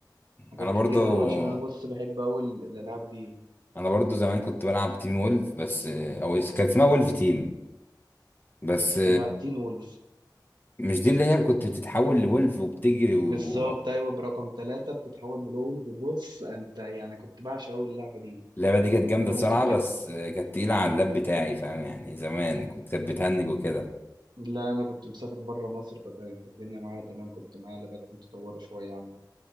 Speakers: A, on the right; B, on the left.
A: حاجات
B: انا
A: كتيره
B: برضو
A: قوي عشان انا بص بحب قوي الالعاب دي
B: انا برضو زمان كنت بلعب تيم وولف بس او كان اسمها وولف تيم بس
A: لا تين وولف
B: مش دي اللي هي كنت بتتحول لولف وبتجري و...
A: بالظبط ايوه برقم ثلاثة بتتحول بلول ببص انت يعني كنت بعشق قوي اللعبه دي
B: اللعبة دي كانت جامدة
A: انت
B: الصراحة
A: ممكن تبقى
B: بس كانت تقيلة على اللاب بتاعي فاهم يعني زمان كنت كانت بتهنج وكده
A: لا انا كنت مسافر بره مصر فكانت الدنيا معايا تمام كنت معايا لغات متطوره شويه عنه